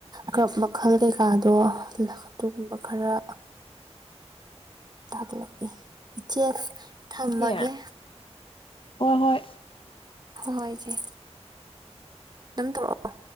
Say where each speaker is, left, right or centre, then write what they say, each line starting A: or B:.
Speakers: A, on the right; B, on the left.
A: ꯀꯞ ꯃꯈꯜ ꯀꯩꯀꯥꯗꯣ ꯂ ꯑꯗꯨꯒꯨꯝꯕ ꯈꯔ ꯇꯥꯗ ꯂꯛꯏ ꯏꯆꯦ
B: ꯍꯣꯏꯅꯦ
A: ꯊꯝꯃꯒꯦ꯫
B: ꯍꯣꯏ ꯍꯣꯏ
A: ꯍꯣꯏ ꯍꯣꯏꯁꯦ ꯑꯗꯨꯝ ꯇꯔꯛꯑꯣ